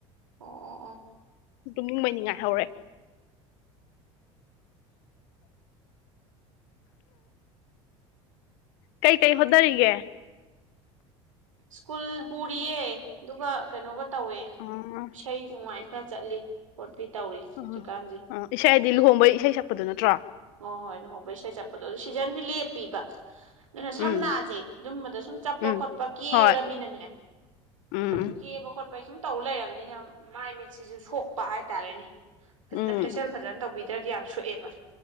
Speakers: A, on the right (about 85°); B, on the left (about 65°).
A: ꯑꯣ ꯑꯣ ꯑꯣ
B: ꯇꯨꯝꯅꯤꯡꯕꯩ ꯅꯤꯡꯉꯥꯏ ꯍꯧꯔꯦ ꯀꯩ ꯀꯩ ꯍꯣꯠꯅꯔꯤꯒꯦ
A: ꯁ꯭ꯀꯨꯜ ꯄꯨꯔꯤꯌꯦ ꯑꯗꯨꯒ ꯀꯩꯅꯣꯒ ꯇꯧꯋꯦ
B: ꯑꯣ
A: ꯏꯁꯩ ꯅꯨꯃꯥꯏ ꯈꯔ ꯆꯠꯂꯤ ꯀꯣꯟ ꯄꯤ ꯇꯧꯔꯤ ꯍꯧꯖꯤꯛꯀꯥꯟꯁꯦ
B: ꯎꯝ ꯎꯝ ꯏꯁꯩꯗꯤ ꯂꯨꯍꯣꯡꯕꯩ ꯏꯁꯩ ꯁꯛꯄꯗꯨ ꯅꯠꯇ꯭ꯔꯣ
A: ꯍꯣ ꯍꯣꯏ ꯂꯨꯍꯣꯡꯕꯩ ꯏꯁꯩ ꯆꯠꯄꯗꯣ ꯑꯗꯨ ꯁꯤꯖꯟꯗꯤ ꯂꯦꯞꯄꯤꯕ ꯑꯗꯨꯅ ꯁꯝꯅꯥꯖꯦ
B: ꯎꯝ
A: ꯑꯗꯨꯝꯕꯗ ꯁꯨꯝ ꯆꯠꯄ
B: ꯎꯝ
A: ꯈꯣꯠꯄ ꯀꯦꯔꯃꯤꯅꯅꯦ
B: ꯍꯣꯏ ꯎꯝ
A: ꯍꯝ
B: ꯎꯝ
A: ꯀꯦꯕ ꯈꯣꯠꯄꯩ ꯁꯨꯝ ꯇꯧ ꯂꯩꯔꯕꯅꯤꯅ ꯃꯥꯏ ꯃꯤꯠꯁꯤꯖꯨ ꯁꯣꯛꯄ ꯍꯥꯏꯇꯥꯔꯦꯅꯦ ꯐꯖꯅ
B: ꯎꯝ
A: ꯐꯦꯁꯦꯜ ꯐꯖꯅ ꯇꯧꯕꯤꯗ꯭ꯔꯗꯤ ꯌꯥꯝ ꯁꯣꯛꯑꯦꯕ